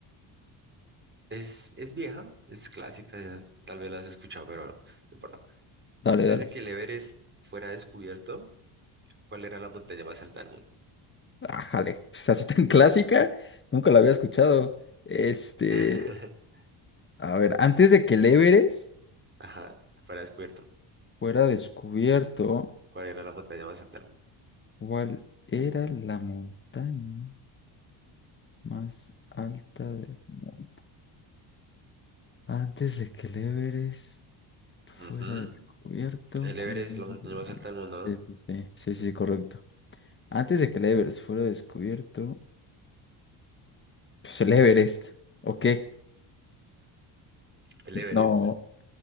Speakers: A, on the right (about 25°); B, on the left (about 25°).
A: es, es vieja, es clásica, tal vez la has escuchado, pero no importa.
B: Dale,
A: Antes
B: dale.
A: de que el Everest fuera descubierto, ¿cuál era la montaña más alta del mundo?
B: Ájale, pues así tan clásica, nunca la había escuchado. Este,
A: <laughs>
B: a ver, antes de que el Everest
A: Ajá, fuera descubierto.
B: fuera descubierto,
A: ¿Cuál era la montaña más alta del mundo?
B: ¿cuál era la montaña más alta del mundo? Antes de que el Everest
A: Ujú,
B: fuera descubierto,
A: El
B: ¿cuál
A: Everest
B: era
A: es la montaña
B: la
A: más
B: montaña?
A: alta del mundo,
B: Sí,
A: ¿no?
B: sí, sí, sí, sí, correcto. Antes de que el Everest fuera descubierto, pues el Everest, ¿o qué?
A: El Everest,
B: No,